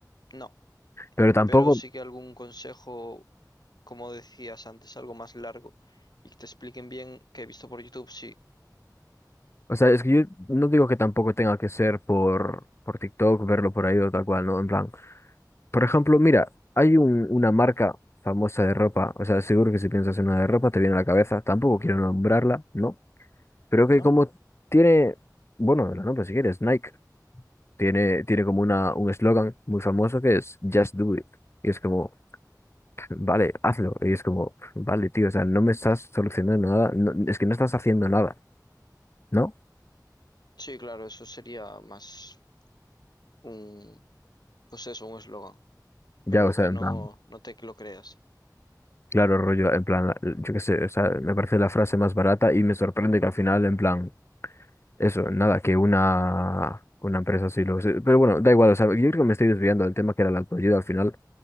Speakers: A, on the left; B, on the left.
A: No,
B: Pero tampoco,
A: pero sí que algún consejo como decías antes, algo más largo y que te expliquen bien que he visto por YouTube, sí,
B: o sea, es que yo no digo que tampoco tenga que ser por, por TikTok, verlo por ahí o tal cual, ¿no? En plan. Por ejemplo, mira, hay un- una marca famosa de ropa, o sea, seguro que si piensas en una de ropa te viene a la cabeza, tampoco quiero nombrarla, ¿no? Pero que
A: ¿no?
B: como tiene, bueno, la nombro si quieres, Nike, tiene, tiene como una, un eslogan muy famoso que es Just Do It. Y es como, <laughs> vale, hazlo. Y es como, vale, tío, o sea, no me estás solucionando nada, no- es que no estás haciendo nada, ¿no?
A: Sí, claro, eso sería más un, pues eso, un eslogan,
B: Ya,
A: pero
B: o sea,
A: que
B: en
A: no,
B: plan,
A: no te lo creas.
B: claro, rollo, en plan, yo qué sé, o sea, me parece la frase más barata y me sorprende que al final, en plan... Eso, nada, que una, una empresa sí lo... sí, Pero bueno, da igual, o sea, yo creo que me estoy desviando del tema que era la autoayuda al final.